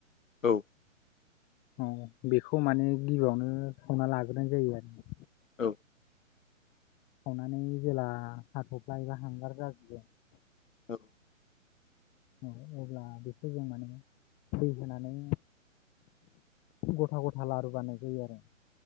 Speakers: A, on the left (about 75°); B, on the left (about 20°).
A: औ
B: औ बेखौ माने गिबियावनो संना लाग्रोनाय जायो आरो
A: औ
B: सावनानै जेला हाथ'फ्ला एबा हांगार जाजुबो
A: <inaudible>
B: औ अब्ला बेखौ जों माने दै होनानै गथा गथा लारु बानाय जायो आरो